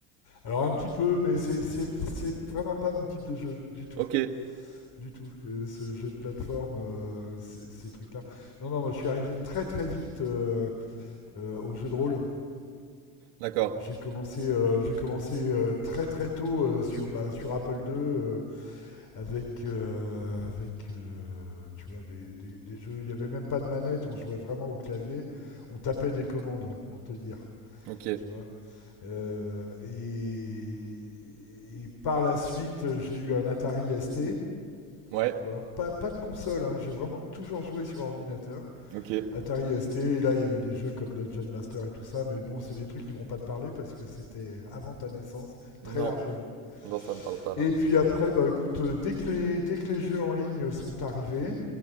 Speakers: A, on the left; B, on the right.
A: Alors un petit peu, mais c'est c'est- c'est vraiment pas mon type de jeu du tout.
B: Ok,
A: du tout. Euh, ce jeu de plateforme, euh, ces, ces trucs-là. Non, non, moi je suis arrivé très très vite euh, euh, au jeu de rôle.
B: d'accord.
A: J'ai commencé, euh, j'ai commencé euh, très très tôt euh, sur, bah, sur Apple II euh, avec, euh, avec euh, tu vois, des, des- des jeux. Il n'y avait même pas de manette, on jouait vraiment au clavier. On tapait des commandes, pour te dire.
B: Ok.
A: Tu vois. Euh, et, et par la suite, j'ai eu un Atari ST.
B: Ouais,
A: Tu vois, pas, pas de console, hein. j'ai vraiment toujours joué sur ordinateur.
B: ok.
A: Atari ST, et là il y avait des jeux comme Dungeon Master et tout ça, mais bon, c'est des trucs qui vont pas te parler parce que c'était avant ta naissance, très
B: Non.
A: largement.
B: Non, ça me parle pas là.
A: Et puis après, bah écoute, euh, dès que les, dès que les jeux en ligne sont arrivés,